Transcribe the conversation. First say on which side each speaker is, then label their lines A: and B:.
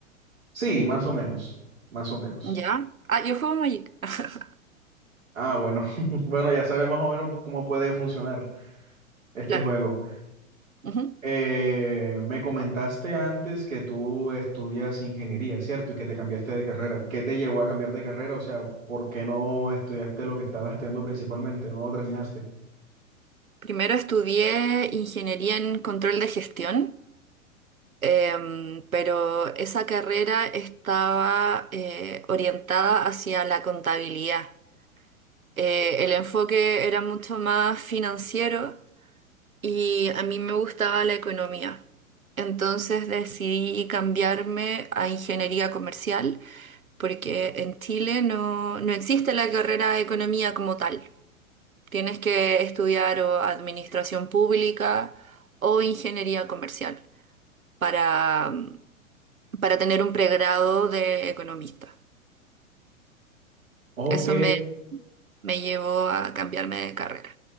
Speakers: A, on the right; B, on the right.
A: Sí, más o menos, más o menos.
B: Ya. Ah, yo juego Magic. <laughs>
A: Ah, bueno, <laughs> bueno, ya sabes más o menos cómo puede funcionar este
B: Claro.
A: juego.
B: ujú.
A: Eh, me comentaste antes que tú estudias ingeniería, ¿cierto? Y que te cambiaste de carrera. ¿Qué te llevó a cambiar de carrera? O sea, ¿por qué no estudiaste lo que estabas estudiando principalmente? ¿No lo terminaste?
B: Primero estudié ingeniería en control de gestión. Em, pero esa carrera estaba eh, orientada hacia la contabilidad. Eh, el enfoque era mucho más financiero y a mí me gustaba la economía. Entonces decidí cambiarme a ingeniería comercial porque en Chile no, no existe la carrera de economía como tal. Tienes que estudiar o administración pública o ingeniería comercial para mm, para tener un pregrado de economista.
A: Ok,
B: Eso me, me llevó a cambiarme de carrera.